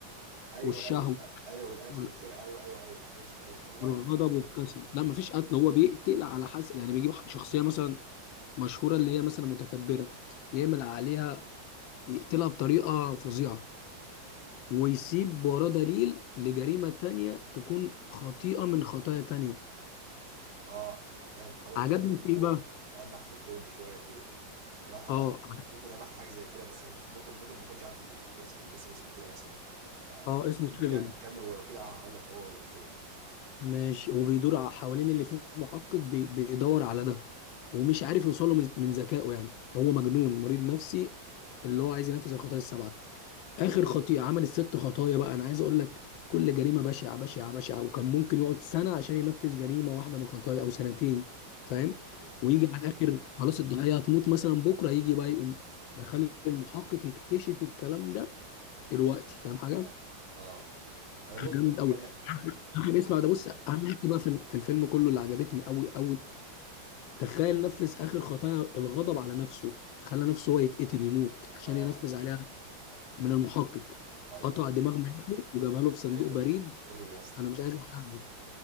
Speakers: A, on the right; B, on the left.
A: ايوه
B: والشهوه
A: ايوه ايوه والقتل
B: وال-
A: والسرقه ايوه ايوه ايوه قشطه قشطه ما
B: والغضب
A: أيوة.
B: والكسل لا مفيش قتل هو بيقتل على حسب يعني بيجيب شخصيه مثلا مشهوره اللي هي مثلا متكبره يعمل عليها يقتلها بطريقه فظيعه ويسيب وراه دليل لجريمه تانية تكون خطيئه من خطايا تانية
A: اه ماشي حاولت
B: عجبني
A: حاولت
B: في ايه
A: حاولت
B: بقى
A: المح في الفيلم شويه كده انا انا
B: اه
A: اظن اظن لمحت حاجه زي كده بس أنا ممكن ممكن ما اكونش عارف الإفس- الاسم اسمه كده مثلا آه
B: اه اسمه سيفن
A: كمل كمل كمل ولو كده هقول لك هو ولا مش هو
B: ماشي وبيدور ع- حوالين اللي فيه محقق بي- بيدور على ده ومش عارف يوصله من من ذكائه يعني هو مجنون مريض نفسي اللي هو عايز ينفذ الخطايا السبعة آخر خطيئة عمل الست خطايا بقى أنا عايز أقول لك كل جريمة بشعة بشعة بشعة وكان ممكن يقعد سنة عشان ينفذ جريمة واحدة من الخطايا أو سنتين فاهم
A: ايوه الفيلم
B: ويجي
A: ده
B: على
A: ايوه
B: الآخر
A: الفيلم ده
B: خلاص الضحية هتموت مثلا بكرة يجي بقى يقوم يخلي المحقق يكتشف الكلام ده دلوقتي فاهم حاجة
A: اه اه انا بص
B: جامد
A: الحاجه
B: قوي
A: اللي
B: اهم حاجه
A: الحاجه
B: اسمع ده بص اهم حاجه بقى في الم- في الفيلم كله اللي عجبتني قوي قوي تخيل نفذ اخر خطايا الغضب على نفسه خلى نفسه هو يتقتل يموت عشان
A: اه
B: ينفذ عليها من المحقق
A: ايوه
B: قطع
A: ايوه
B: دماغ مراته وجابها له في صندوق
A: حلو
B: بريد
A: حلو يا اسطى
B: انا مش عايز أحرقها.